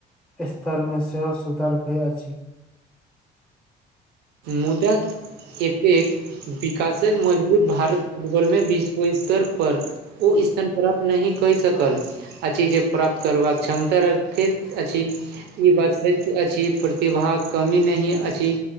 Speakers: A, in the centre; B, on the right (about 75°).
A: एस्तरमे सेहो सुदा रुपैया अछि।
B: मुदा एतेक विकासक मजबूत भारत फुटबॉल मे बीस ओ इस्तर पर ओ इस्थन प्राप्त नहि कई सकल अछि जे प्राप्त करबाक क्षमता रखैत अछि ई बात सत्य अछि प्रतिभा के कमी नहि अछि